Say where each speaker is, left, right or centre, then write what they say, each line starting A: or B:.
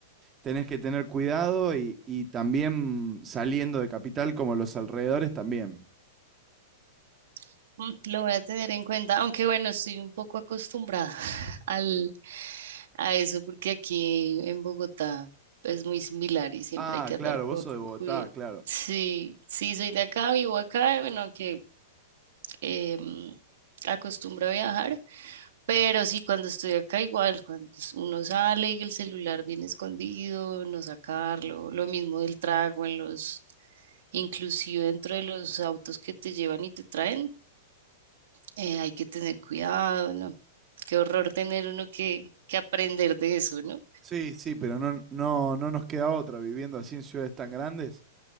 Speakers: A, on the right; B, on the right.
A: tenés que tener cuidado y, y también saliendo de Capital, como los alrededores también.
B: <laughs> Mm, Lo voy a tener en cuenta, aunque bueno, estoy un poco acostumbrada <laughs> al, a eso porque aquí en Bogotá es muy similar y siempre
A: Ah,
B: hay que
A: claro,
B: andar con
A: vos sos de Bogotá,
B: cuidado.
A: claro.
B: Sí, sí, soy de acá, vivo acá, bueno, aunque em, acostumbro a viajar, pero sí, cuando estoy acá igual, cuando uno sale y el celular viene escondido, no sacarlo, lo mismo del trago en los, inclusive dentro de los autos que te llevan y te traen eh, hay que tener cuidado, ¿no? Qué horror tener uno que, que aprender de eso, ¿no?
A: Sí, sí, pero no, no, no nos queda otra viviendo así en ciudades tan grandes.